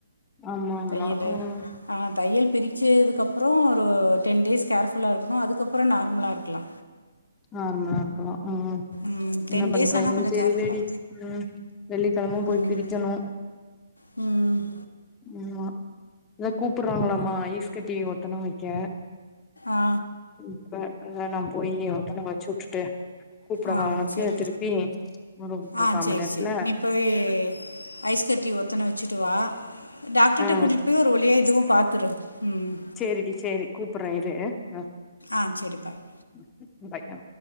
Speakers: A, on the left; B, on the left.
A: ஆமா ஆமா
B: தையலு
A: ம்
B: ஆ தையல் பிரி ச்ச இதுக்கப்புறோ ஒரு டென் டேஸ் கேர்ஃபுல்லா இருக்கணு அதுக்கப்புற நார்மலா இருக்கலா
A: நார்மலா இருக்கா ம்
B: ம் டென்
A: என்ன பண்றாங்கன்
B: டேஸ் ஆனா கொஞ்சோ
A: தெரிலடி
B: கேர்ஃபுல்லா
A: ம் வெள்ளிக்கெழம போய்
B: ம்
A: பிரிக்கணு
B: ம்
A: ம் மா இதா கூப்புடுறாங்களாமா ஐஸ்கட்டி ஒத்தனொ வைக்க
B: ஆ
A: இப்ப அத நா போய் ஒத்தன வச்சு வுட்டுட்டு கூப்பிடவா
B: ஆ
A: உனக்கு
B: சேரி
A: திருப்பி ஒரு முக்கா
B: ஆ சேரி
A: மணி நேரத்துல
B: சேரி நீ போய் ஐஸ் கட்டி ஒத்தன வெச்சுட்டு வா டாக்டர்ட்ட
A: ஆ
B: கூட்டிட்டு போய் ஒரு வழியா இதுவு பாத்துரு ம்
A: சேரி டி சேரி கூப்பிட்றே இரு ஆ
B: ஆ சரி பாய்
A: ம் பாய் ஆ